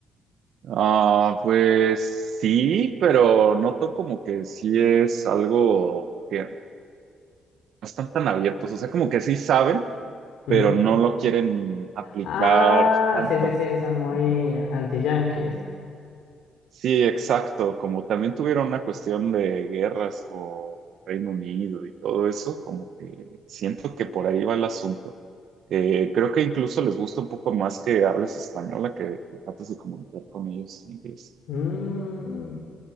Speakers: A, on the right; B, on the left.
A: Ah, pues sí, pero noto como que sí es algo que no están tan abiertos, o sea, como que sí saben
B: Ujú.
A: pero no lo quieren aplicar
B: Ah,
A: tanto.
B: sí, sí, sí, son muy
A: Ujú.
B: anti-yanquis.
A: Sí, exacto. Como también tuvieron una cuestión de guerras con Reino Unido y todo eso, como que siento que por ahí va el asunto. Eh, creo que incluso les gusta un poco más que hables española que que trates de comunicar con ellos en inglés.
B: Mm,